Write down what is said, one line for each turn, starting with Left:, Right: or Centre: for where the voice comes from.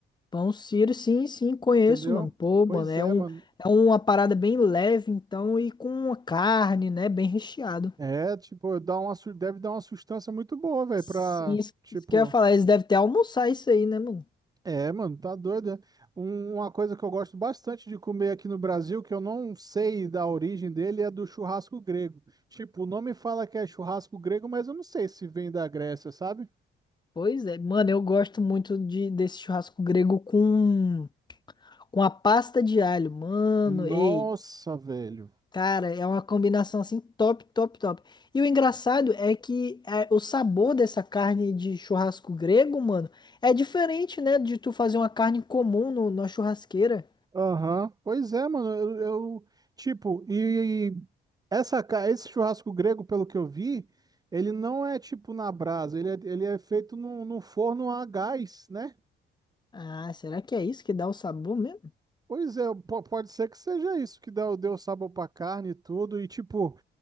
Left: Pão Sírio, sim, sim, conheço,
Right: entendeu?
Left: mano. Pô,
Right: Pois
Left: mano, é
Right: é,
Left: um,
Right: mano.
Left: é uma parada bem leve, então, e com uma carne, né, bem recheado.
Right: É, tipo, dá uma, su- deve dar uma sustância muito boa, velho,
Left: Sim,
Right: pra,
Left: isso,
Right: tipo...
Left: isso que eu ia falar, eles devem ter almoçar isso aí, né, mano?
Right: É, mano, tá doido, né? Um- uma coisa que eu gosto bastante de comer aqui no Brasil, que eu não sei da origem dele, é do churrasco grego. Tipo, o nome fala que é churrasco grego, mas eu não sei se vem da Grécia, sabe?
Left: Pois é, mano, eu gosto muito de, desse churrasco grego com, com a pasta de alho, mano,
Right: Nossa,
Left: ei,
Right: velho.
Left: cara, é uma combinação, assim, top, top, top. E o engraçado é que é, o sabor dessa carne de churrasco grego, mano, é diferente, né, de tu fazer uma carne comum no, na churrasqueira.
Right: Aham, Pois é, mano. Eu, eu- tipo, e, e essa, ca- esse churrasco grego, pelo que eu vi, ele não é tipo na brasa, ele é, ele é feito num, num forno a gás, né?
Left: Ah, será que é isso que dá o sabor mesmo?
Right: Pois é, po- pode ser que seja isso que deu, deu sabor pra carne e tudo. E, tipo,